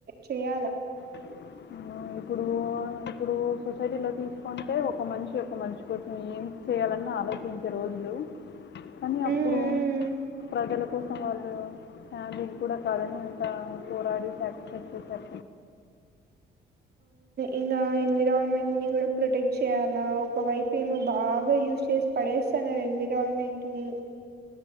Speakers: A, on the right (about 55°); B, on the left (about 60°).
A: చేయాల
B: అ ఇప్పుడు ఇప్పుడు సొసైటీ లో తీసుకుంటే ఒక మనిషి ఒక మనిషి కోసం ఏం చేయాలన్నా ఆలోచించే రోజులు కానీ అప్పుడు
A: ఉమ్ ఉమ్
B: ప్రజల కోసం వాళ్ళు ఫ్యామిలీ కూడా కాదని ఎంత పోరాడి సాక్రిఫైస్ చేశారు
A: ఇంగా ఎన్విరాన్మెంట్ ని కూడా ప్రొటెక్ట్ చేయాలా ఒక వైపు ఏమో బాగా యూస్ చేసి ప డేస్తన్నారు ఎన్విరాల్మెంట్ ని